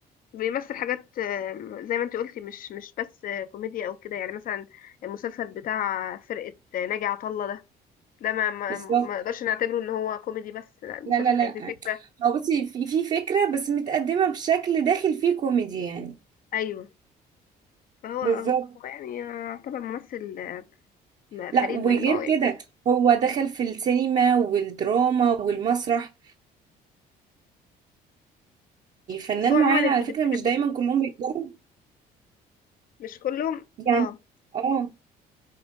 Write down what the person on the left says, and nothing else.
بيمثل حاجات آم، زي ما انت قلتي مش مش بس آه، كوميديا او كده يعني مثلا المسلسل بتاع فرقة آه، ناجي عطا الله ده ده ما ما
ما اقدرش نعتبره ان هو كوميدي بس لا المسلسل
كان فيه فكرة
ايوه فهو
اه هو يعني آه، يعتبر ممثل آه، فريد
من نوعه يعني
بس هو عموما
انت بتحبي
مش كلهم
اه